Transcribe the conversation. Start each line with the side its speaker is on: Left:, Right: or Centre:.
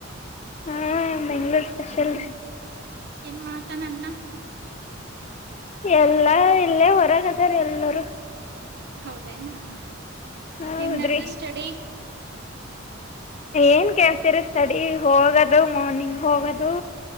Left: ಹಾ ಬೆಂಗ್ಳೂರ್ ಸ್ಪೆಷಲ ರಿ.
Right: ಏನ್ ಮಾಡತ್ತಾನ ಅಣ್ಣ?
Left: ಎಲ್ಲ ಇಲ್ಲೇ ಹೊರಗ ಅದಾರ ಎಲ್ಲರು.
Right: ಹೌದೇನಾ.
Left: ಹೌದ್ರಿ
Right: ಹೆಂಗ್ ನಡ್ದದ್ ಸ್ಟಡಿ?
Left: ಏನ್ ಕೇಳ್ತೀರ ಸ್ಟಡಿ ಹೋಗೋದು ಮಾರ್ನಿಂಗ್ ಹೋಗೋದು,